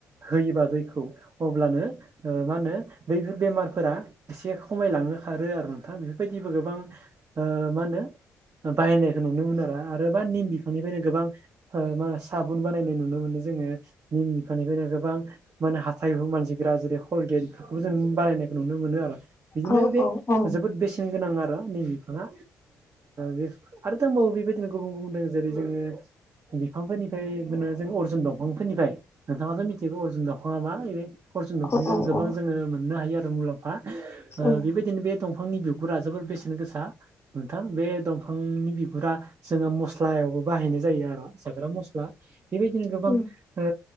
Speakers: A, on the right (about 40°); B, on the left (about 35°).
A: होयोबा दैखौ अब्लानो ओ मा होनो बैफोर बेमारफोरा एसे खमायलांनो खारो आरो नोंथां बेफोरबायदिबो गोबां ओ मा होनो बाहायनायखौ नुनो मोन आरो आरो बा निम बिफांनिफ्रायनो गोबां हो मा साबुन बानायनाय नुनो मोनो जोङो निम बिफांनिफ्रायनो गोबां माने हाथाइ मानजिग्रा जेरै हल गेट बेफोरखौबो जों बानायनायखौ नुनो मोनो आरो। बिदिनो
B: औ
A: बे
B: औ औ
A: जोबोद बेसेन गोनां आरो निम बिफाङा। बे ओ आरो दंबावो बेबायदिनो गुबुन गुबुन दों जेरै जोङो बिफांफोरनिफ्राय मो जों अरजुन दंफांफोरनिफ्राय नोंथाङाथ' मिथिगौ अजुन दंफांआ मा बे अर्जुन
B: औ
A: माने बे
B: औ
A: गोबां
B: औ
A: जोङो मोननो हायो आरो मुलाम्फा
B: उम
A: बेबायदिनो बे दंफां दंफांनि बिगुरा जोबोर बेसेन गोसा नोंथां बे दंफांनि बिगुरा जोंङो मस्लायावबो बाहायनाय जायो आरो जाग्रा मस्ला बेबायदिनो गोबां
B: उम
A: ओ